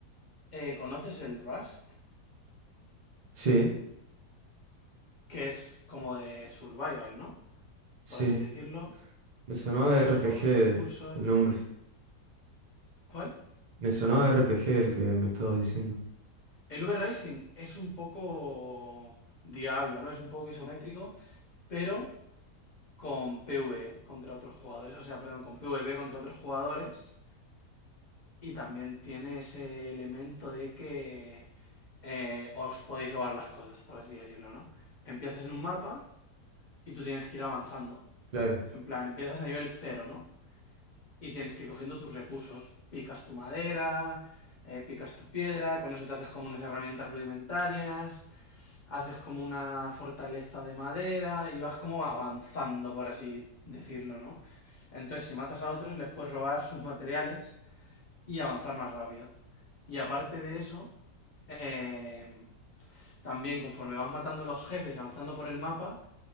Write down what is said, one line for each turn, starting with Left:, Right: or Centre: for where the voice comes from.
Left: Eh, ¿conoces el Rust?
Right: Sí,
Left: Que es como de survival, ¿no?
Right: sí.
Left: Por así decirlo.
Right: Me sonaba
Left: Coges
Right: R RPG
Left: los
Right: el,
Left: recursos.
Right: el nombre.
Left: ¿Cuál?
Right: Me sonaba R P G el que me estabas diciendo.
Left: El V-Rising es un poco diablo, ¿no? Es un poco isométrico, pero con PvE contra otros jugadores, o sea, perdón, con PvP contra otros jugadores. Y también tiene ese elemento de que eh, os podéis robar las cosas, por así decirlo, ¿no? Empiezas en un mapa y tú tienes que ir avanzando.
Right: Claro,
Left: En plan, empiezas a nivel cero, ¿no? Y tienes que ir cogiendo tus recursos. Picas tu madera, eh, picas tu piedra, con eso te haces como unas herramientas rudimentarias, haces como una fortaleza de madera y vas como avanzando, por así decirlo, ¿no? Entonces, si matas a otros, les puedes robar sus materiales y avanzar más rápido. Y aparte de eso, eh, también conforme vas matando los jefes y avanzando por el mapa,